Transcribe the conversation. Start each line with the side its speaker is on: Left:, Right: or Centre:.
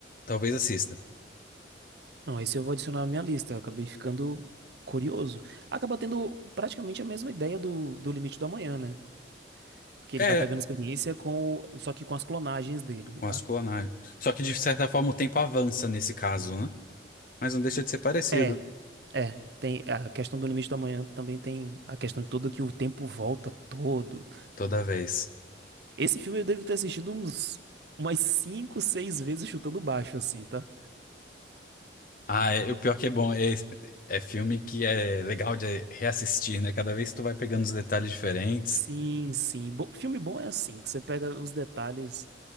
Left: talvez assista.
Right: Não, esse eu vou adicionar na minha lista. Eu acabei ficando curioso. Acaba tendo praticamente a mesma ideia do, do Limite do Amanhã, né? Porque ele
Left: É,
Right: vai pegando experiência com, só que com as clonagens dele.
Left: com
Right: A-
Left: as clonagens. Só que de certa forma o tempo avança nesse caso, né? Mas não deixa de ser parecido
Right: É, é. Tem a questão do Limite do Amanhã também tem a questão toda que o tempo volta todo.
Left: toda vez.
Right: Esse filme eu devo ter assistido uns umas 5, 6 vezes chutando baixo, assim, tá?
Left: Ah, é, o pior que é bom é, é filme que é legal de reassistir, né? Cada vez tu vai pegando os detalhes diferentes.
Right: Sim, sim. Bo- filme bom é assim, que você pega os detalhes.